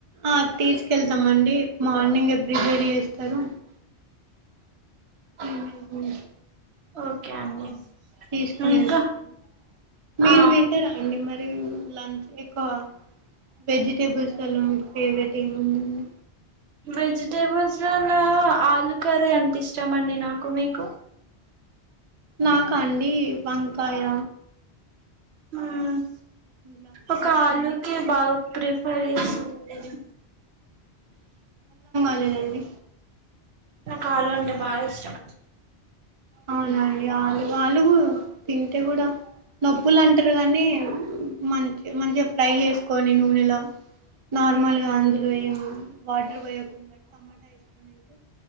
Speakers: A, on the right; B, on the right.
A: ఆ తీసుకెళ్తామండి మార్నింగే ప్రిపేర్ చేస్తరు. ఏమైంది
B: ఓకే అండి
A: తీసుకొని
B: ఇంకా
A: ఎళ్తామండి మీరు
B: ఆ
A: తింటారా అండి మరి నేన్ లంచ్ ఎక్కువ వెజిటేబుల్స్ లల్లో మీకు ఫేవరెట్ ఏముండింది.
B: వెజిటేబుల్స్ లల్లో ఆలు కర్రీ అంటే ఇష్టామండి నాకు మీకు
A: నాకా అండి వంకాయ
B: హ్మూమ్
A: ఇలా
B: ఒక
A: ఎక్కువండి
B: ఆలుకి బాగా ప్రిఫర్ చేస్తన్నండి.
A: వెళ్ళండి
B: నాకు ఆలు అంటే బాగా ఇష్టం.
A: అవునండి ఆలు ఆలుగుర్ తింటే కూడా నొప్పులు అంటార్ కానీ మంచి మంచిగా ఫ్రై చేసుకోని నూనెల నార్మల్గా అందులో వ వాటర్ పోయకుండాట్టు టమాటా వేసుకనింటే